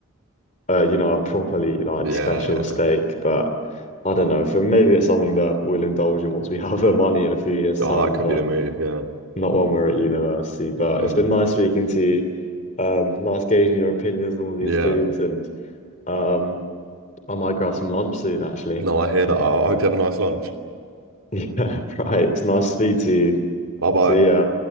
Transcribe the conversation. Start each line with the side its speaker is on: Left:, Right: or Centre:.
Left: Uh, you know, a properly like
Right: Yeah,
Left: special
Right: yeah.
Left: steak, but I don't know. For maybe it's something that we'll indulge in once we <laughs> have the money in a few years'
Right: Oh,
Left: time.
Right: that could
Left: But
Right: be the move. Yeah.
Left: not when we're at university, but
Right: Mm.
Left: it's been nice speaking to you. Um, nice gauging your opinions on all these
Right: Yeah.
Left: foods, and um, I might grab some lunch soon, actually.
Right: No,
Left: <laughs>
Right: I hear that. I I hope you have a nice lunch.
Left: Yeah, right. It's nice to speak to you.
Right: Bye bye.
Left: See ya.